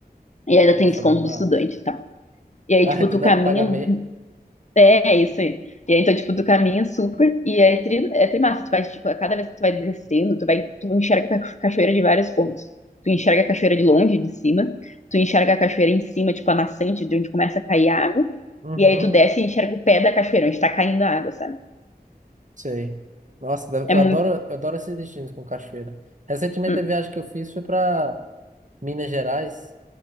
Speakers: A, on the left (about 45°); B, on the right (about 50°).
A: E ainda
B: Nossa,
A: tem desconto
B: é muito barato.
A: de estudante e tal. E aí,
B: Ah,
A: tipo,
B: tu
A: tu
B: dá
A: caminha
B: pra pagar meia.
A: É, isso aí. E aí, então, tipo, tu caminha super e é, tri, é trimassa. Tu vai, tipo, a cada vez que tu vai descendo, tu vai, tu enxerga a ca- cachoeira de vários pontos. Tu enxerga a cachoeira de longe, de cima. Tu enxerga a cachoeira em cima, tipo, a nascente, de onde começa a cair água.
B: Uhum.
A: E aí tu desce e enxerga o pé da cachoeira, onde tá caindo a água, sabe?
B: Sei. Nossa, deve-
A: É
B: eu
A: muito...
B: adoro, eu adoro esses destinos com cachoeira. Recentemente
A: Hum,
B: a viagem que eu fiz foi pra Minas Gerais